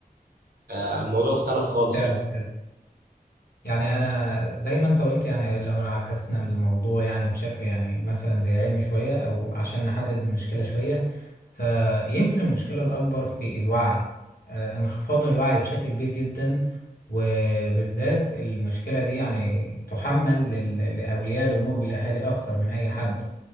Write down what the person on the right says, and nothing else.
آه، الموضوع اختلف خالص
يعني